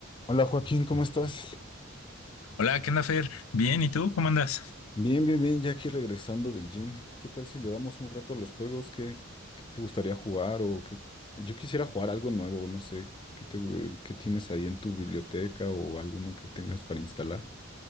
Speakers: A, on the left; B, on the left.
A: Hola Joaquín, ¿cómo estás?
B: Hola, ¿qué onda, Fer? Bien, ¿y tú? ¿Cómo andas?
A: Bien, bien, bien, ya aquí regresando del gym. ¿Qué tal si le damos un rato a los juegos? ¿Qué, qué te gustaría jugar? O qué... Yo quisiera jugar algo nuevo, no sé, ¿qué te, gu- qué tienes ahí en tu biblioteca o alguno que tengas para instalar?